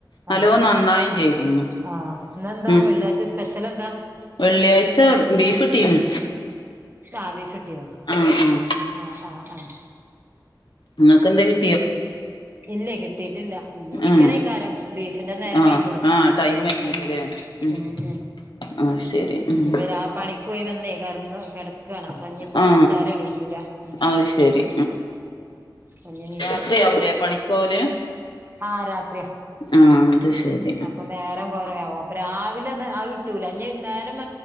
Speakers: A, on the left; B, on the right.
A: നല്ലോ
B: ആഹ്
A: നന്നായും ചെയ്തീന്
B: ആഹ് ഇന്നെന്താ
A: ഉം
B: വെള്ളിയാഴ്ച സ്പെഷ്യൽ എന്താ
A: വെള്ളിയാഴ്ച ബീഫ് കിട്ടീന്നു
B: ആ ബീഫ് കിട്ടിയോ
A: ഉം ഉം
B: ആഹ് ആഹ് ആഹ്
A: ഇങ്ങക്കെന്തെകി
B: ഇല്ലേ കിട്ടിട്ടില്ല. ഇനി ചിക്കനേക്കാരം
A: ആ
B: ബീഫിന്റെ നേരം
A: ആ
B: കയിഞ്ഞിലെ
A: ആ
B: <unintelligible>
A: ടൈം കഴിഞ്ഞല്ലോല്ലേ ഉം ആ ശരി ഉം
B: ഇനിവരാ ആ പണിക്കോയി വന്നെ കെടന്നു കെട ക്കാണ് അപ്പഞ്ഞീപ്പൊ
A: ആ
B: ബിളിച്ചാലുണീക്കൂലാ ഉം
A: അത് ശരി
B: ഉം ഞ്ഞ്ണി
A: രാത്രിയാവ് ലെ പണിക്കോവല്
B: ആഹ് രാത്രിയാ
A: ആ അത് ശെരി
B: അപ്പൊ നേരം കൊറയാവും അപ്പൊ രാവിലെത് അത് കിട്ടൂലഞ്ഞ് നേരം